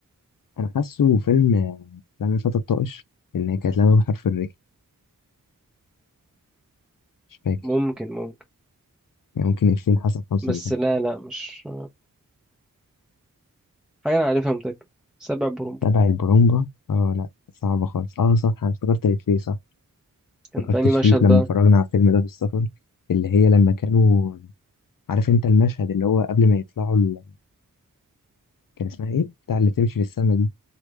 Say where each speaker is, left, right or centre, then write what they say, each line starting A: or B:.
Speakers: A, on the left; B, in the centre.
A: انا حاسه فيلم آه، لما الفتى الطائش ان هي كانت لعبه بحرف الري مش فاكر
B: ممكن ممكن
A: يعني ممكن إفيه حسن حسني
B: بس
A: كان
B: لا لا مش حاجة انا عارفها متأكد سبع برومبا
A: تبع البرومبا اه لا صعبة خالص اه صح انا افتكرت الإفيه صح
B: كان
A: افتكرت
B: في أنهي
A: شريف
B: مشهد
A: لما
B: بقى
A: اتفرجنا على الفيلم ده في السفر اللي هي لما كانوا عارف انت المشهد اللي هو قبل ما يطلعوا ال... كان اسمها ايه بتاع اللي تمشي في السما دي